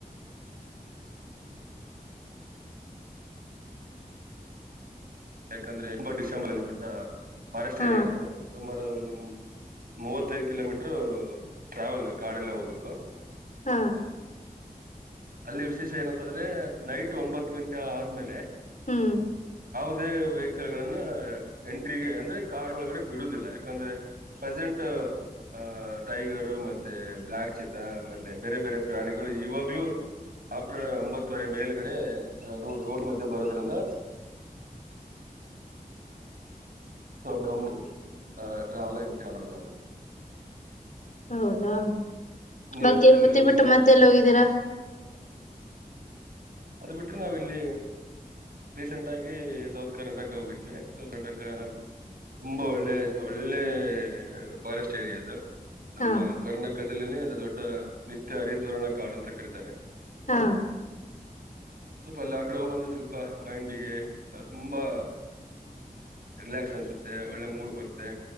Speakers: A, on the right (about 70°); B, on the left (about 55°).
A: ಯಾಕಂದ್ರೆ ಒಂಬ ಡಿಸೆಂಬರ್ ಅಲ್ಲಿ ದೊಡ್ಡ ಫಾರೆಸ್ಟ್
B: ಹಾ
A: ಏರಿಯಾ ಅದು ಸುಮಾರು ಒ ಮೂವತ್ತೈದು ಕಿಲೋಮೀಟರು ಟ್ರಾವೆಲ್ ಕಾಡಲ್ಲೇ ಹೋಗ್ಬೇಕು.
B: ಹಾ.
A: ಅಲ್ಲಿ ವಿಶೇಷ ಏನಂತಂದ್ರೆ ನೈಟ್ ಒಂಬತ್ತು ಗಂಟೆ ಆದ್ಮೇಲೆ
B: ಹ್ಮ್.
A: ಅದೇ ವೆಹಿಕಲ್ ಗಳನ್ನ ಎಂಟ್ರಿಗೆ ಅಂದ್ರೆ ಕಾಡ ಒಳಗಡೆ ಬಿಡೋದಿಲ್ಲ ಯಾಕಂದ್ರೆ ಪ್ರೆಸೆಂಟ್ ಆ ಟೈಗರು ಮತ್ತೆ ಬ್ಲಾಕ್ ಚೀತಾ ಆಮೇಲೆ ಬೇರೆ ಬೇರೆ ಪ್ರಾಣಿಗಳು ಇವಾಗ್ಲೂ ಆಫ್ಟರ್ ಒಂಬತ್ತುವರೆ ಮೇಲ್ಗಡೆ ರೋ ರೋಡ್ ಮಧ್ಯೆ ಬರೋದ್ರಿಂದ ಸೋ ಬ್ರಮ್ ಟ್ರಾವೆಲ್ ಎಂಟ್ರಿ ಮಾಡಬೇಕಾಗುತ್ತೆ.
B: ಹೌದಾ,
A: ನೀವು
B: ಮತ್ತ್ ತಿರುಪತಿ
A: ಎಲ್ಲಿ ಹೋಗಿದ್ರೆ
B: ಬಿಟ್ಟು ಮತ್ತ ಎಲ್ಲೋಗಿದ್ದೀರಾ <inaudible>
A: ಅದು ಬಿಟ್ಟರೆ ನಾವ್ ಇಲ್ಲಿ ರೀಸೆಂಟ್ ಆಗಿ ಸೌತ್ ಕರ್ನಾಟಕ ಹೋಗಿದ್ವಿ ಸೌತ್ ಕರ್ನಾಟಕ ತುಂಬಾ ಒಳ್ಳೆ, ಒಳ್ಳೆ ಫಾರೆಸ್ಟ್ ಏರಿಯಾ ಅದು. ನಮ್ಮ
B: ಹಾ
A: ಕರ್ನಾಟಕದಲ್ಲಿನೇ ಒಂದು ದೊಡ್ಡ ನಿತ್ಯ ಹರಿದ್ವರ್ಣ ಕಾಡು ಅಂತ ಕರೀತಾರೆ.
B: ಹಾ.
A: ಸ್ವಲ್ಪ ಅಲ್ಲ ಆ ಕಡೆ ಹೋಗಿಬಂದ್ರೆ ಸ್ವಲ್ಪ ಮೈಂಡಿಗೆ ತುಂಬಾ ರಿಲ್ಯಾಕ್ಸ್ ಅನ್ಸುತ್ತೆ ಒಳ್ಳೆ ಮೂಡ್ ಬರುತ್ತೆ.